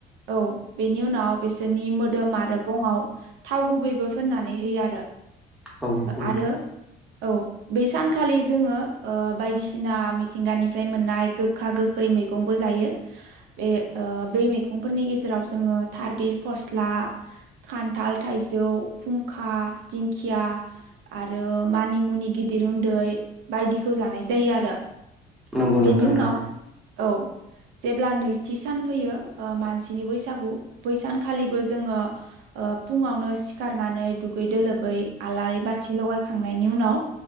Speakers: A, on the right; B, in the centre.
A: औ बेनि उनाव बिसोरनि मोदोम आरो गंङाव थाव गुबैबो फोननानै होयो आरो
B: औ नंगौ नोंथां
A: आरो औ बे सानखालि जोंङो बायदिसिना मिथिंगानिफ्राय मोननाय गोखा गोखै मैंबो जायो बे बै मैगंफोरनि गेजेराव जोंङो थालिर फस्ला खान <unintelligible> खान्थाल थाइजौ फुंखा दिंखिया आरो मानि मुनि गिदिर उन्दै होनदों बायदिखौ जानाय जायो आरो
B: नंगौ
A: बेनि
B: नोंथां
A: उनाव
B: थारैनो
A: औ जेब्ला नैथि सान फैयो मानसिनि बैसागु बै सानखालिबो जोंङो फुंङावनो सिखारनानै दुगै दोलोबै आलारि बाथि लगाय थांनायनि उनाव